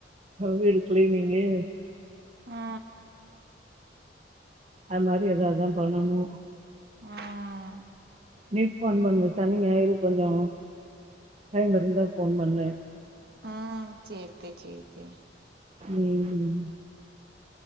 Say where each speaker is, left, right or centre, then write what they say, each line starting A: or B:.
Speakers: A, on the right (about 35°); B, on the right (about 60°).
A: ஆ வீடு கிளீனிங்கு
B: ஆ
A: அது மாரி ஏதாவதுதா பண்ணணு
B: ம் ம்
A: நீ ஃபோன் பண்ணு சனி ஞாயிறு கொஞ்சோ டைம் இருந்தா ஃபோன் பண்ணு
B: ம் சேரித்தே சேரித்தே
A: ம்